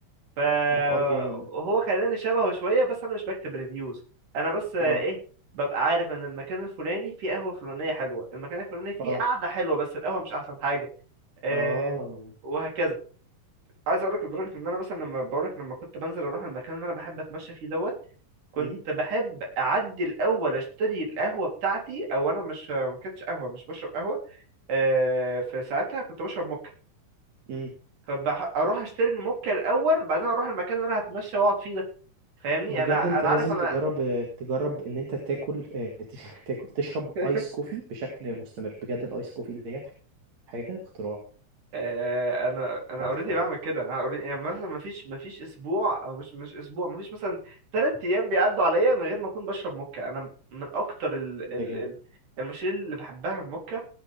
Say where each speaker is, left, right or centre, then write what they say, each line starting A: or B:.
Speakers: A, on the right (about 75°); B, on the right (about 60°).
A: فهو
B: ده حوار جامد ده
A: خلاني شبهه شوية بس أنا مش بكتب ريفيوز أنا بس آه،
B: اه
A: إيه ببقى عارف إن المكان الفلاني فيه قهوة فلانية حلوة المكان الفلاني فيه
B: اه
A: قعدة حلوة بس القهوة مش أحسن حاجة آه
B: اه
A: وهكذا عايز أقولك لدرجة إن أنا مثلا لما بقولك لما كنت بنزل أروح المكان اللي أنا بحب أتمشى فيه دوت كنت
B: امم
A: بحب أعدي الأول أشتري القهوة بتاعتي أو أنا مش ما كانتش قهوة مش بشرب قهوة آه في ساعتها كنت بشرب موكا
B: امم
A: فأروح أشتري الموكا الأول بعدين أروح المكان اللي أنا هتمشى وأقعد فيه ده. فاهمني
B: بجد
A: انا
B: انت
A: انا
B: لازم
A: عارف انا
B: تجرب تجرب ان انت تاكل آه، <laughs> تاكل تشرب
A: <laughs>
B: ايس كوفي بشكل مستمر بجد الايس كوفي ديت حاجة اختراع
A: آه، انا انا
B: اختراع
A: اوريدي
B: اختراع
A: بعمل كده انا اوريدي يعني مثلا مفيش مفيش اسبوع او مش مش اسبوع مفيش مثلا ثلاث ايام بيعدوا عليا من غير ما اكون بشرب موكا انا من اكتر ال
B: ده
A: ال
B: جامد
A: ال المشاريب اللي بحبها الموكا